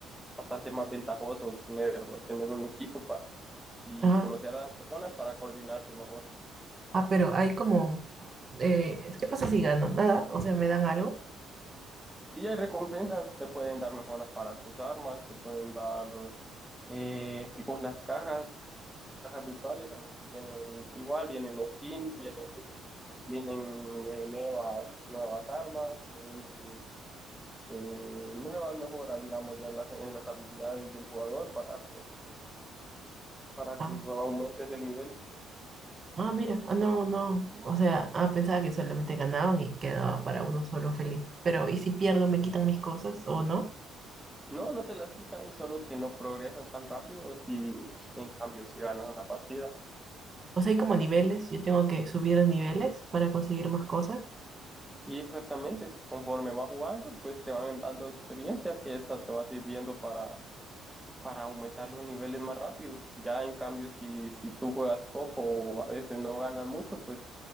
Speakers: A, in the centre; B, on the right (about 25°).
A: bastante más ventajoso tener, tener un equipo para, y
B: Ah.
A: conocer a las personas para coordinarse mejor.
B: Ah, pero hay como, eh, ¿qué pasa si gano? Nada, o sea, me dan algo.
A: Sí hay recompensas, te pueden dar mejoras para tus armas, te pueden dar eh, que con las cajas, cajas virtuales en las que vienen igual, vienen skins, vienen, vienen eh, nuevas, nuevas armas, vienen eh, nuevas mejoras, digamos, de las, en las habilidades del jugador para que, para
B: Ah,
A: que aumentes el nivel.
B: ah, mira, ah, no, no, o sea, ah, pensaba que solamente ganaban y quedaba para uno solo feliz. Pero, ¿y si pierdo, me quitan mis cosas o no?
A: No, no te las quitan, solo que no progresas tan rápido si en cambio si ganas una partida.
B: O sea, hay como niveles, yo tengo que subir de niveles para conseguir más cosas.
A: Y exactamente, conforme vas jugando, pues te van dando experiencia que esa te va sirviendo para, para aumentar los niveles más rápido. Ya en cambio si, si tú juegas poco o a veces no ganas mucho, pues